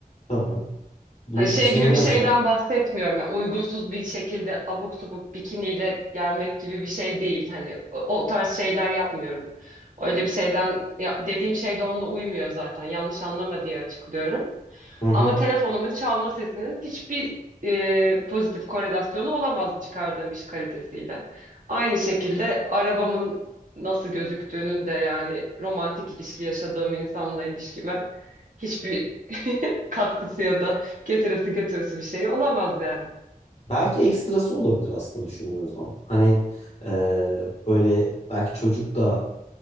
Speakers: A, on the left; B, on the right.
A: Tabii. Bu,
B: Ha, şey
A: bu senin
B: gibi bir
A: özelliğin.
B: şeyden bahsetmiyorum. Yani uygunsuz bir şekilde abuk subuk bikiniyle gelmek gibi bir şey değil. Hani o, o tarz şeyler yapmıyorum. Öyle bir şeyden ya dediğim şey de onunla uymuyor zaten. Yanlış anlama diye açıklıyorum.
A: Hı hı.
B: Ama telefonumun çalma sesinin hiçbir e, pozitif korelasyonu olamaz çıkardığım iş kalitesiyle. Aynı şekilde arabamın nasıl gözüktüğünün de yani romantik ilişki yaşadığım insanla ilişkime hiçbir <laughs> katkısı ya da getirisi götürüsü bir şey olamaz yani.
A: Belki ekstrası olabilir aslında düşündüğün zaman. Hani e, böyle belki çocuk da